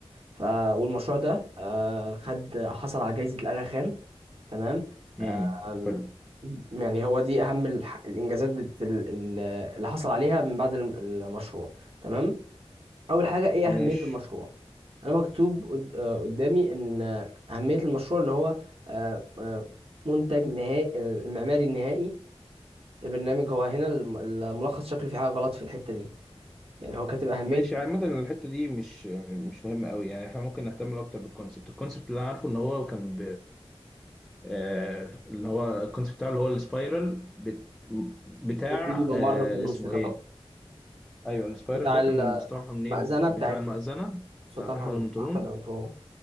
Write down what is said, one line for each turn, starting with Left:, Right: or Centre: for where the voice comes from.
Right: ف والمشروع ده آه، خد حصل على جايزة الأغا خان تمام
Centre: امم
Right: آم،
Centre: حلو
Right: يعني هو دي أهم الح- الإنجازات بت- ال- ال- اللي حصل عليها من بعد الم- المشروع تمام أول حاجة إيه أهمية
Centre: ماشي
Right: المشروع أنا مكتوب قد- آه، قدامي إن آه، أهمية المشروع إن هو آه، آه، منتج نهائي المعماري النهائي البرنامج هو هنا الم- الملخص شكله في حاجة غلط في الحتة دي يعني هو كاتب أهمية
Centre: ماشي عامة الحتة دي مش مش مهمة قوي يعني احنا ممكن نهتم اكتر بالكونسبت الكونسبت اللي انا عارفه ان هو كان آه، اللي هو الكونسيبت بتاعه اللي هو السبايرال بت... بتاع
Right: وفي ممر
Centre: آه،
Right: في النص
Centre: اسمه
Right: كتب
Centre: ايه ايوه السبايرال
Right: بتاع
Centre: ده
Right: المأذنة
Centre: كان مستوحى منين بتاع
Right: بتاعت
Centre: المأذنة
Right: سلطان
Centre: بتاعت احمد
Right: هن...
Centre: المنطلون
Right: أحمد أنطونيو